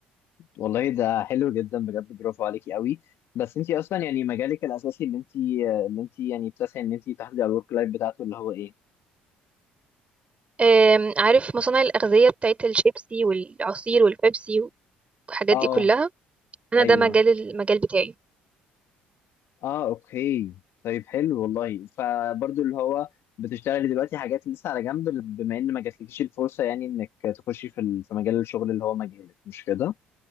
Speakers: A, on the left; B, on the right.
A: والله ده حلو جدا بجد برافو عليكي قوي بس انت اصلا يعني مجالك الاساسي اللي انت اللي انت يعني بتسعي ان انت تحافظي على الورك لايف بتاعته اللي هو ايه
B: آم، عارف مصانع الاغذيه بتاعت الشيبسي والعصير والبيبسي والحاجات
A: اه
B: دي كلها انا
A: ايوه
B: ده مجال المجال بتاعي
A: اه اوكي طيب حلو والله فبرضو اللي هو بتشتغلي دلوقتي حاجات لسه على جنب بما ان ما جاتلكيش الفرصه يعني انك تخشي في ال- في مجال الشغل اللي هو مجالك مش كده